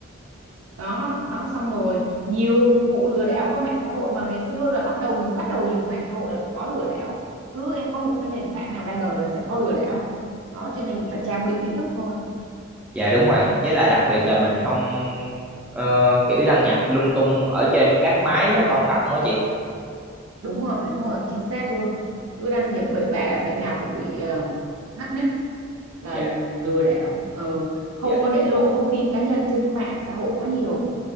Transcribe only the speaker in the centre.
dạ đúng rồi với lại đặc biệt là mình không ờ, kiểu đăng nhập lung tung ở trên các máy công cộng á chị
Dạ,
dạ